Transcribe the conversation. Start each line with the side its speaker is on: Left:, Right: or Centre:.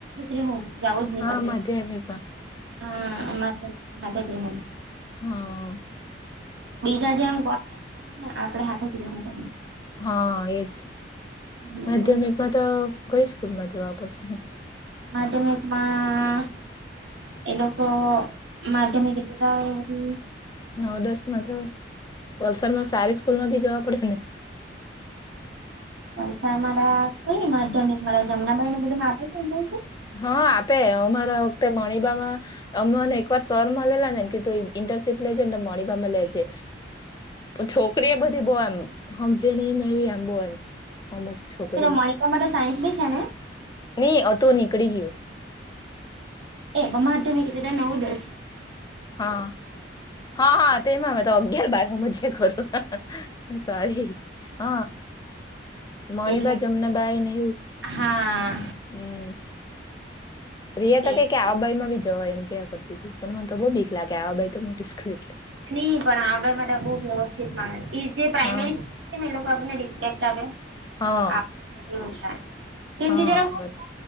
Right: પણે
Left: હા માધ્યમિકમાં
Right: <unintelligible> હા. <inaudible>
Left: હમ્મ.
Right: બીજા જેમ <inaudible> આપડે હાથે જ રહેવું પડે.
Left: હા એજ. માધ્યમિકમાં
Right: હમ
Left: તો કંઈ સ્કૂલમાં જવા પડે?
Right: માધ્યમિકમાં એ લોકો માધ્યમિક <unintelligible>
Left: નવ દસ માં તો વલસાડમાં સારી સ્કૂલ માંથી જવા પડે ને.
Right: <unintelligible> મારા કંઈ માધ્યમિક મારા જમનાબાઈને બધું <unintelligible>
Left: હા આપે અમારા વખતે મણિબામાં અમોને એકવાર સર મલેલા ને કેધું ઇન્ટર્નશીપ લેજે તો મણીબામાં લેજે. પણ છોકરી એ બધી બો એમ હમજે ની ને એવી એમ બો એમ અમુક. છોકરીઓ
Right: પેલા મણિબામાં તો સાયન્સ બી છે ને.
Left: ની હતું નીકળી ગીયું.
Right: એ હમણાં તો મેં કીધું કે નવ દસ.
Left: હા-હા-હા તેમાં મેં તો અગિયાર બાર હમજીયા કરું. સોરી હ. મણીબા
Right: એટલે
Left: જમના બાય ને એવું
Right: હા
Left: હમ્મ. પ્રિયા તો
Right: એ
Left: કેય કે આવા બાઈ માં બી જવાય એમ કહ્યા કરતી હતી પણ મને તો બહુ બીક લાગે આવા બાઈ તો મોટી સ્કૂલ એટલે.
Right: નહી પણ આવા બાઈ માં તો બહુ વ્યવસ્થિત માણસ જે પ્રાઇમરી
Left: હા
Right: કેમ એ લોકો આપને રિસ્પેક્ટ આપે
Left: હા
Right: આપ એવુ છે. તેનથી
Left: હા
Right: જરા
Left: બર
Right: છું